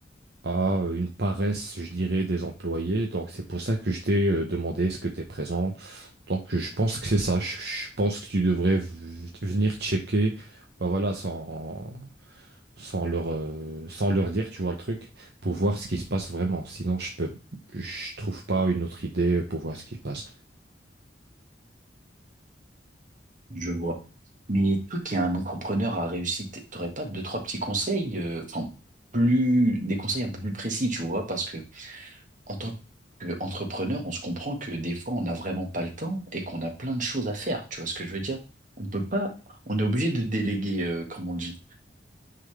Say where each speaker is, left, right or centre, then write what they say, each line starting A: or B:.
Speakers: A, on the right; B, on the right.
A: à euh, une paresse, je dirais, des employés. Donc, c'est pour ça que je t'ai euh, demandé est-ce que tu es présent. Donc, je pense que c'est ça. Je, je pense que tu devrais v- venir checker, bah voilà, sans, sans leur, euh, sans leur dire, tu vois le truc, pour voir ce qui se passe vraiment. Sinon, je peux, je trouve pas une autre idée euh, pour voir ce qui se passe.
B: Je vois. Mais toi qui es un entrepreneur à réussite, t'aurais pas deux, trois petits conseils, euh, enfin, plus, des conseils un peu plus précis, tu vois, parce que en tant qu'entrepreneur, on se comprend que des fois, on n'a vraiment pas le temps et qu'on a plein de choses à faire. Tu vois ce que je veux dire? On peut pas, on est obligé de déléguer, euh, comme on dit.